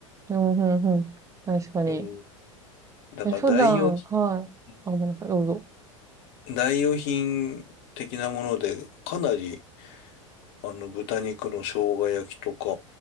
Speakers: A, on the right (about 20°); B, on the left (about 55°).
A: うんうん。確かに。
B: うんだから代用
A: え、普段、はい。
B: 品
A: あ、ごめんなさい。どうぞ。
B: 代用品的なもので、かなり、あの、豚肉の生姜焼きとか、